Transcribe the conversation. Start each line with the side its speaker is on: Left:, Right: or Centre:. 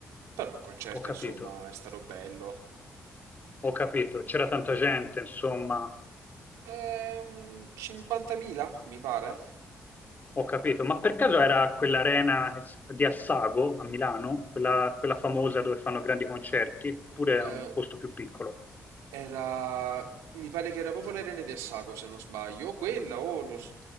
Right: Però il concerto,
Left: ho
Right: insomma,
Left: capito.
Right: è stato bello.
Left: Ho capito, c'era tanta gente, insomma,
Right: Ehm, 50.000, mi pare.
Left: ho capito. Ma per caso era quell'arena di Assago a Milano, quella, quella famosa dove fanno grandi concerti, oppure è
Right: Eh,
Left: un posto più piccolo?
Right: Era, mi pare che era proprio l'arena di Assago, se non sbaglio, o quella o lo s-